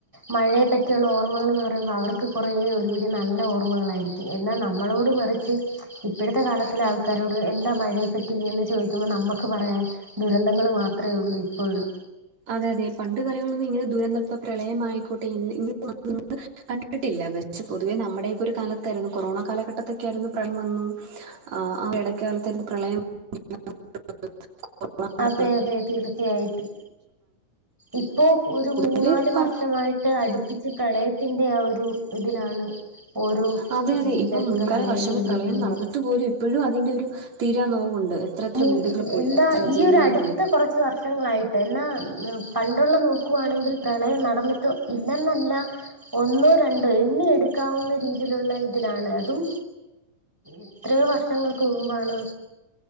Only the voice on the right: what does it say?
അതെ അതെ പണ്ട് കാലങ്ങളിലൊന്നും ഇങ്ങനെ ദുരന്ത പ്പ പ്രളയമായിക്കോട്ടെ ഇന്ന്' <unintelligible> കണ്ടിട്ടില്ല, പക്ഷേ, പൊതുവേ നമ്മുടെയൊക്കൊരു കാലത്തായിരുന്നു കൊറോണ കാലഘട്ടത്തൊക്കെ ആയിരുന്നു പ്രളയം വന്നു ആഹ് ഇടക്കകാലത്തായിരുന്നു പ്രളയം ' <unintelligible>
ഇത് ഇപ്പം
അതെ അതെ
ഇപ്പം മുൻകാല വർഷങ്ങൾ
പ്രളയം നടന്നിട്ട്
പോലും ഇപ്പൊഴും അതിന്റെ ഒരു തീരാ നോവുണ്ട്. എത്ര
വീടുകൾ പോയി
എത്ര
ജീവനുകൾ
പോയി